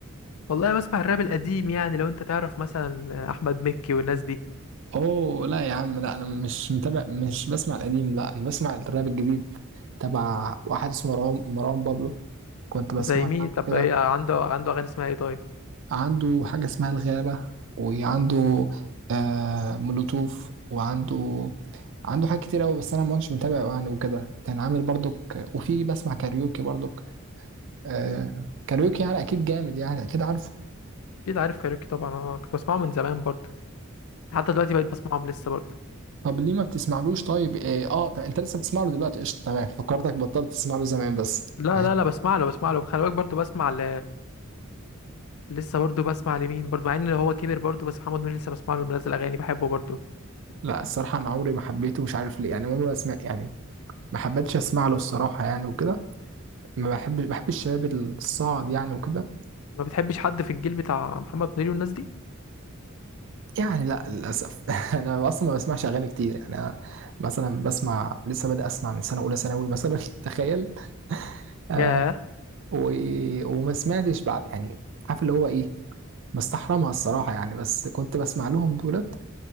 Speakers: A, on the left (about 75°); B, on the right (about 60°).
A: والله بسمع الراب القديم يعني لو انت تعرف مثلا احمد مكي والناس دي
B: اوه لا يا عم لا انا مش متابع مش بسمع القديم لا انا بسمع الراب الجديد تبع واحد اسمه مروان مروان بابلو كنت بسمع
A: زي مين
B: عنه
A: طب
B: كده
A: ايه عنده عنده اغاني اسمها ايه طيب
B: عنده حاجة اسمها الغابة وعنده آه مولوتوف وعنده عنده حاجات كتير قوي بس انا ما كنتش متابعه يعني وكده كان عامل برضك وفي بسمع كاريوكي برضك آه كاريوكي يعني اكيد جامد يعني اكيد عارفه
A: اكيد عارف كاريوكي طبعا انا كنت بسمعه من زمان برضو حتى دلوقتي بقيت بسمعهم لسه برضو
B: طب ليه ما بتسمعلوش طيب اه, آه طب انت لسه بتسمع له دلوقتي قشطه تمام فكرتك بطلت تسمع له زمان بس
A: لا
B: <laughs>
A: لا لا بسمع له بسمع له خلي بالك برضو بسمع ل... لسه برضو بسمع لمين برضو مع ان هو كبر برضو بس محمد منير لسه بسمع له منزل اغاني بحبه برضو
B: لا الصراحة أنا عمري ما حبيته مش عارف ليه يعني عمري ما أسمع يعني ما حبيتش أسمع له الصراحة يعني وكده ما بحب بحب الشباب الصاعد يعني وكده
A: ما بتحبش حد في الجيل بتاع محمد منير والناس دي
B: يعني لا للأسف <laughs> أنا أصلا ما بسمعش أغاني كتير يعني أنا مثلا بسمع لسه بادئ أسمع من سنة أولى ثانوي مثلا <laughs> تخيل آه
A: ياه
B: و... وما سمعتش بعد يعني عارف اللي هو إيه مستحرمها الصراحة يعني بس كنت بسمع لهم دولت